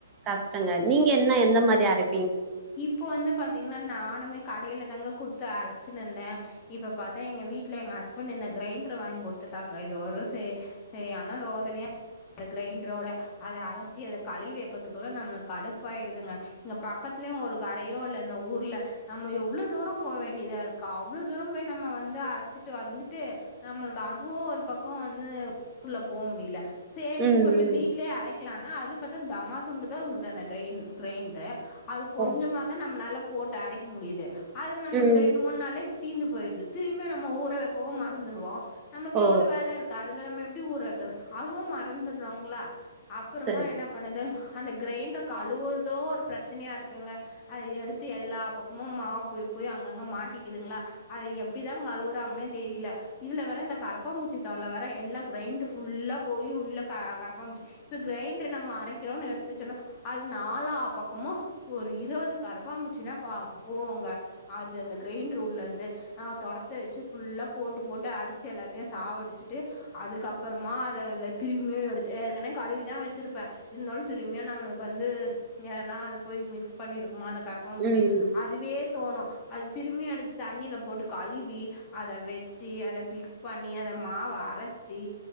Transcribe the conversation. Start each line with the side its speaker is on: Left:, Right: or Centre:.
Right: கஷ் டங்க நீங்க என்ன எந்த மாரி அரை
Left: இப்ப வந்து பாத்தீங்ன்னா நானுமே கடையில தாங்க குடுத்து அரைச்சுனந்தே இப்ப பாத்தா எங்க வீட்ல எங்க ஹஸ்பண்ட் இந்த கிரைண்டரு வாங் குடுத்துட்டாங்க இது ஒரு சே செரியான ரோதனையா கிரைண்ட்ரோட அத அரைச்சி அத கழுவி வக்கத்துக்குள்ள நம்மளுக்கு கடுப்பாயிடுதுங்க இங்க பக்கத்துலயு ஒரு கடையு இல்ல இந்த ஊர்ல நம்ம எவ்ளோ தூரம் போக வேண்டியதா இருக்கு அவ்ளோ தூரம் போய் நம்ம வந்து அரைச்சிட்டு வந்துட்டு நம்மளுக்கு அதுவு ஒரு பக்கோ வந்து ஊர்ல போ முடியல சேரின்னு
Right: ம்
Left: சொல்ட்டு
Right: ம்
Left: வீட்லயே அரைக்கலான் னா அது பத்தா தமா துண்டுதா அந்த அந்த டிரைன் கிரைண்ட்ரு அது கொஞ்சமா
Right: ஓ
Left: தா நம்மளால போட்டு அரைக்க முடியுது அது நம்மளுக்கு
Right: ம்
Left: ரெண்டு மூணு நாள்ளே தீந்து போயிடுது திரும்பியு நம்ம ஊற வைக்கவு மறந்துருவோ நமக்கு
Right: ஓ
Left: எவ்வளோ வேலை இருக்கு அதுல நம்ம எப்டி ஊற வைக்கிறது அதுவு மறந்துடுறாங்களா அப்பறமா
Right: சரி
Left: என்ன பண்ணுது அந்த க்ரைண்ட்ரு கழுவ்றது ஒரு ப்ரச் சனையா இருக்குங்க அத எடுத்து எல்லா பக்கமு மாவ் போய் போய் அங்கங்க மாட்டிக்குதுங்களா அது எப்டிதா கழுவுறாங்கன்னே தெரில இதுல வேற இந்த கரப்பாம்பூச்சி தொல்ல வேர எல்லா க்ரைண்ட்ரு புல்லா போயி உள்ள க கரப்பாம்பூச்சி இப்ப க்ரைண்டர் நம்ம அரைக்கிறோனு எடுத்து வச்சோனா அது நாலா பக் கம்மோ ஒரு இரவது கரப்பாம்பூச்சின்னா பா போவோங்க அது அந்த க்ரைண்ட்ருள்ள இருந்து நா தொடப்பத்த வச்சு ஃபுல்லா போட்டு போட்டு அடிச்சு எல்லாத்தையு சாவடிச்சுட்டு அதுக்கப்பறமா அதுல திரும்மியு எடுத்து ஏற்கனே கழுவிதா வச்சிருப்பே இருந்தாலு திரும்மியு நம்மளுக்கு வந்து நா அது போய் மிக்ஸ் பண்ணி இருக்குமா அந்த கரப்பாம்பூச்சி
Right: ம்
Left: அதுவே தோணு அது திரும்மியு எடுத்து தண்ணியில போட்டு கழுவி அத வெ ச்சி அத ஃபிக்ஸ் பண்ணி அத மாவ அரைச்சி